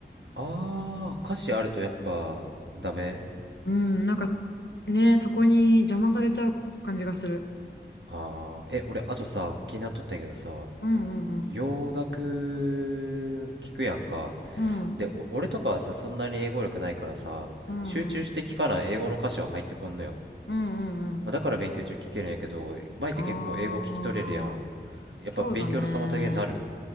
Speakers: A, on the right; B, on the left.
A: あー歌詞あるとやっぱダメ
B: うん、なんかね、そこに邪魔されちゃう感じがする。
A: あーえ俺あとさ気になっとったんやけどさ
B: うんうんうん。
A: 洋楽聞くやんか
B: うん
A: でお俺とかはさそんなに英語力ないからさ集中して聞かない英語の歌詞は入ってこんのよ
B: うんうん。うんうんうん。
A: まあ、だから勉強中聞けるんやけど、前って結構英語聞き取れるやん。
B: ああ。
A: やっぱ勉強の妨げになる
B: そうだね。